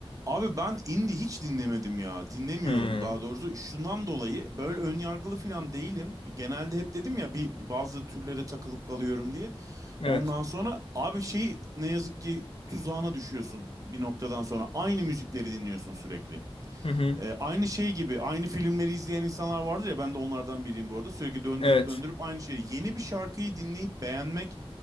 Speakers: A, on the right; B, on the left.
A: Abi ben indie hiç dinlemedim ya. Dinlemiyorum
B: Hmm,
A: daha doğrusu. Şundan dolayı böyle ön yargılı falan değilim. Genelde hep dedim ya bir bir bazı türlere takılıp kalıyorum diye.
B: evet.
A: Ondan sonra abi şey ne yazık ki tuzağına düşüyorsun bir noktadan sonra. Aynı müzikleri dinliyorsun sürekli.
B: Hı hı,
A: Ee, aynı şey gibi aynı filmleri izleyen insanlar vardır ya ben de onlardan biriyim bu arada. Sürekli döndürüp
B: evet.
A: döndürüp aynı şeyi. Yeni bir şarkıyı dinleyip beğenmek